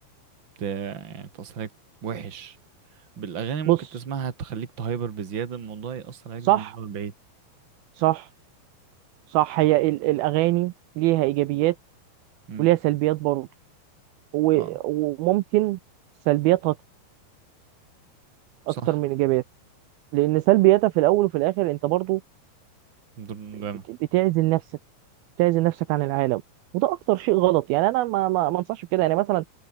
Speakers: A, on the right; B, on the right.
A: ت... يعني تأثر عليك وحش بالاغاني ممكن
B: بص
A: تسمعها تخليك تهايبر بزيادة الموضوع يأثر عليك
B: صح
A: من بعيد
B: صح صح هي ال- الأغاني ليها إيجابيات
A: مم.
B: وليها سلبيات برضه و-
A: اه
B: وممكن سلبياتها
A: صح
B: أكتر من إيجابياتها لأن سلبياتها في الأول وفي الآخر أنت برضه
A: دور- ده
B: بت- بتعزل نفسك بتعزل نفسك عن العالم وده اكتر شيء غلط يعني انا ما ما ما انصحش بكده يعني مثلا